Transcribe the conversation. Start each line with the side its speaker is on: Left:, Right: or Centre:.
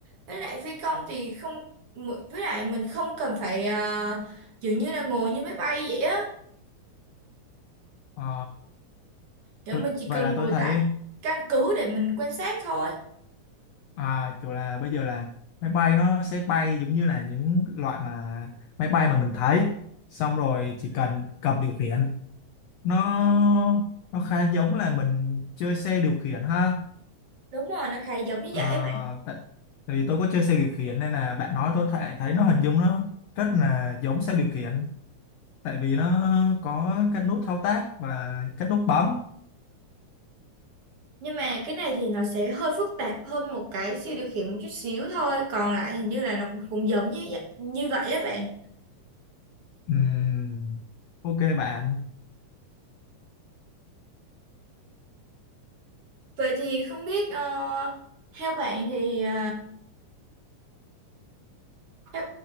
Right: với lại phi công thì không mỗi- với lại mình không cần phải ờ, kiểu như là ngồi như máy bay vậy á
Left: Ờ,
Right: kiểu
Left: tôi
Right: mình chỉ
Left: vậy
Right: cần
Left: là
Right: ngồi
Left: tôi thấy
Right: tại căn cứ để mình quan sát thôi
Left: à, kiểu là bây giờ là máy bay nó sẽ bay giống như là những loại mà máy bay mà mình thấy xong rồi chỉ cần cầm điều khiển nó nó khá giống là mình chơi xe điều khiển ha
Right: đúng rồi nó khá giống như
Left: À,
Right: vậy á.
Left: tại, tại vì tôi có chơi xe điều khiển nên là bạn nói tôi thấy thấy nó hình dung nó rất là giống xe điều khiển tại vì nó có các nút thao tác và các nút bấm
Right: Nhưng mà cái này thì nó sẽ hơi phức tạp hơn một cái siêu điều khiển một chút xíu thôi. Còn lại hình như là nó cũng cũng giống như vậy- như vậy á bạn.
Left: Ừm, ok bạn
Right: Vậy thì không biết ờ, theo bạn thì ờ, theo,